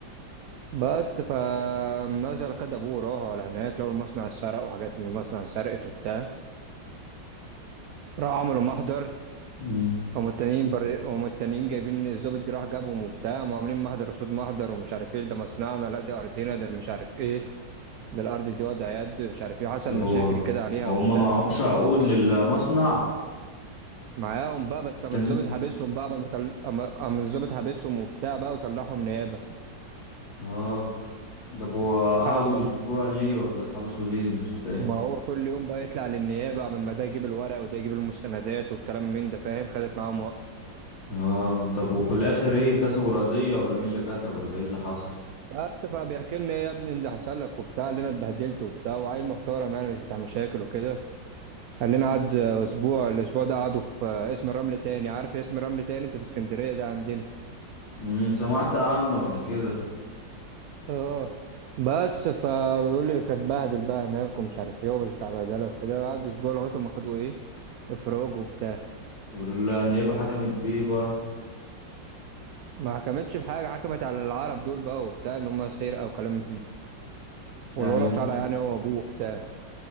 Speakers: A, on the right; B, on the left.
A: بس فنزل خد ابوه وراح على هناك لقوا المصنع اتسرق وحاجات من المصنع اتسرقت وبتاع راحوا عملوا محضر
B: امم
A: هم التانيين بر... هم التانيين جايبين الظابط جه راح جابهم وبتاع هم عاملين محضر قصاد محضر ومش عارف ايه ده مصنعنا لا دي ارضنا ده مش عارف ايه ده الارض دي وضع يد مش عارف ايه حصل
B: ده هو
A: مشاكل كده عليها
B: ما
A: وبتاع
B: هما معهمش عقود للمصنع
A: معاهم بقى بس
B: التانيين
A: قام الظابط حابسهم بقى قام طل- قام قام الظابط حابسهم وبتاع بقى وطلعهم نيابه
B: اه ده هو قعدوا
A: قعدوا بقى
B: اسبوع ليه ولا اتحبسوا ليه مش فاهم
A: ما هو كل يوم بقى يطلع للنيابة قبل ما ده يجيب الورق وده يجيب المستندات والكلام من ده فاهم خدت معاهم وقت
B: اه ده هو في الاخر ايه كسبوا القضية ولا مين اللي كسب ولا ايه اللي حصل
A: بس فبيحكي لنا إيه يا ابني اللي حصل لك وبتاع اللي انا اتبهدلت وبتاع وعيل محترم يعني مش بتاع مشاكل وكده قال لنا قعد اسبوع الاسبوع ده قعدوا في اسم الرمل تاني عارف اسم الرمل تاني انت في اسكندرية ده عندنا
B: امم سمعت عنه قبل كده
A: اه بس فبيقول لي كانت بهدل بقى هناك ومش عارف ايه ومش بتاع بهدله وكده قعدوا اسبوع لغايه ما خدوا ايه افراج وبتاع
B: والنيابة حكمت بيه بقى
A: ما حكمتش بحاجه حكمت على العرب دول بقى وبتاع ان هم سرقه وكلام من ده والولد
B: يعني هم
A: طالع يعني هو ابوه بتاع